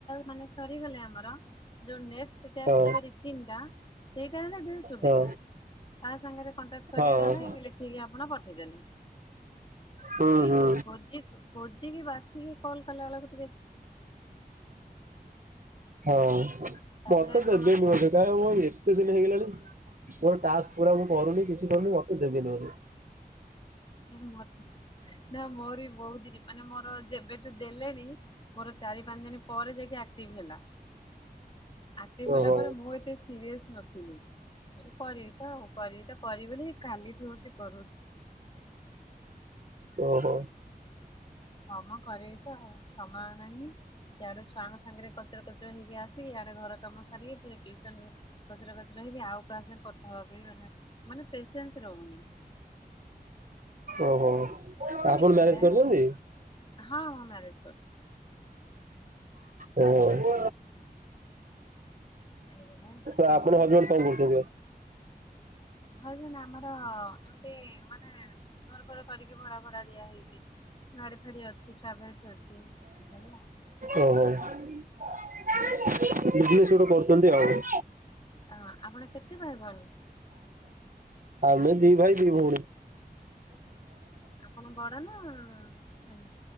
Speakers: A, on the left; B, on the right.
A: ମାନେ ସରିଗଲେ ଆମର। ଯୋଉ ନେଷଟେ ଟାକସ
B: ହଁ
A: ଦେବେ ରିକିନ ଟା ସେଇଟା ହେଲା ଟିକେ ସୁବିଧା।
B: ହଁ
A: କାହା ସାଙ୍ଗରେ କଣ୍ଟାକ୍ଟ କରିବାର
B: ହଁ।
A: ନା ଲେଖିକି ଆପଣ ପଠେଇଦେଲେ।
B: ହୁଁ
A: ଆଉ ଏ
B: ହୁଁ
A: ଖୋଜି ଖୋଜି କି ବାଛି କି କଣ କଲେ ଆଳକୁ
B: ହଁ
A: ତାପରେ
B: ମତେ
A: ସମସ୍ତେ
B: ଦେବେନି ବଧେ ଏତେ ଦିନ ହେଇଗଲାଣି ମୋର ଟାସ୍କ ପୁରା ମୁଁ କରୁନି କିଛି କରୁନି ଆକୁ ଦେବିିନି ଆଉ।
A: ମତେ ନା ମୋର ବି ବହୁତ ଦିନ ମାନେ ମୋର ଯେବେଠୁ ଦେଲେଣି। ମୋର ଚାରି ପାଞ୍ଚ ଦିନ ପରେ ଯାଇକି ଆକ୍ଟିଭ ହେଲା। ଆକ୍ଟିଭ ହେଲା
B: ଓହୋ।
A: ପରେ ମୁଁ ଏତେ ସିରିଅସ୍ ନଥିଲି। ବ କରିବି ତ ଆଉ କରିବି ତ କରିବିନି କାଲିଠୁ ହଉଛି କରୁଛି।
B: ଓହୋ।
A: ହଁ ମୁଁ କରିବି ତ ଆଉ ସମୟ ନାହିଁ। ସେଆଡୁ ଛୁଆଙ୍କ ସାଙ୍ଗରେ କଚରା କଚର ହେଇକି। ଆସି ଇଆଡେ ଘର କାମ ସାରିକି ଫେରେ ଟିଉସନ ରେ କଚରା କଚରା ହେଇକି ଆଉ କାହା ସାଙ୍ଗେ କଥା ହବାକୁ ମାନେ ମାନେ ପେସେନ୍ସ ରହୁନି।
B: ଓହୋ। ଆପଣ
A: ଏଇ ଭଳିଆ
B: ମ୍ୟାରେଜ କରିଛନ୍ତି?
A: କଥା ହଁ ହଁ ମ୍ୟାରେଜ କରିଚି।
B: ହୁଁ।
A: ଏଇଭଳିଆ କଥା
B: ତ ଆପଣ
A: ହଉଚି।
B: ହଜବେଣ୍ଡ କଣ କରୁଛନ୍ତି।
A: ହଜବେନଟେ ଆମର ଏମିତି ମାନେ ଘର ଫର କରିକି ଭଡା ଭଡା ଦିଆ ହେଇଛି। ଗାଡ଼ି ଫାଡ଼ି ଅଛି ଟ୍ରାଭେଲସ ଅଛି ଏଇଭଳି ଆଉ।
B: ଓହୋ ବିଜନେସ ଗୋଟ କରୁଛନ୍ତି ଆଉ।
A: ଅ ଆପଣ କେତେ ଭାଇ ଭଉଣୀ।
B: ଆମେ ଦି ଭାଇ ଦି ଭଉଣୀ।
A: ଆପଣ ବଡ ନା ସାନ।